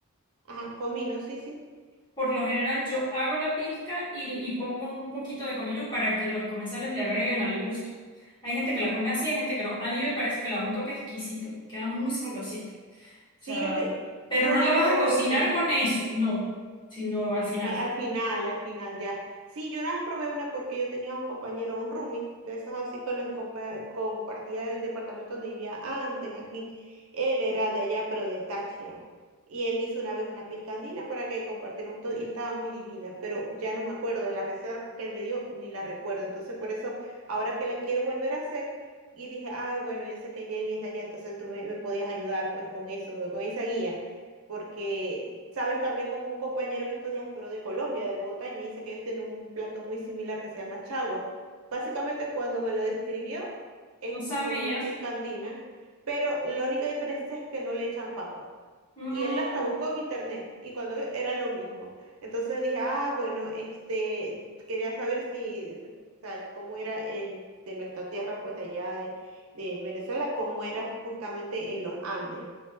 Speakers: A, on the right; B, on the left.
A: Ajá, comino, sí, sí.
B: Por lo general yo hago la pizca y, y pongo un poquito de comino para que los comensales le agreguen al gusto. Hay gente que la come así, hay gente que no. A mí me parece que le da un toque exquisito, queda muy sabrosita. O
A: Sí,
B: sea,
A: es que
B: pero
A: yo
B: no
A: una
B: la vas
A: vez probé
B: a cocinar
A: una.
B: con eso, no, sino al final.
A: a- Al final, al final, ya. Sí, yo una vez probé una porque yo tenía un compañero, un roomie, de esos así con los que compa- compartía del departamento donde vivía antes aquí. Él era de allá, pero de Táchira. Y él hizo una vez una piscandina para que compartiéramos todo y estaba muy divina, pero ya no me acuerdo de la receta que él me dio, ni la recuerdo. Entonces, por eso, ahora que la quiero volver a hacer, y dije, ay, bueno, yo sé que Jelly es de allá, entonces tú me, me podías ayudar pues con eso, con esa guía porque Sabes que hablé con un compañero en estos días, pero de Colombia, de Bogotá, y me dice que ellos tienen un plato muy similar que se llama chagua. Básicamente, cuando me lo describió, es
B: No sabía.
A: como la pizca andina, pero la única diferencia es que no le echan papa.
B: Mm,
A: Y él hasta buscó en internet, y cuando vio, era lo mismo. Entonces dije, ah, bueno, este, quería saber si, o sea, cómo era en, de nuestra tierra, pues de allá de, de Venezuela, cómo era justamente en los Andes.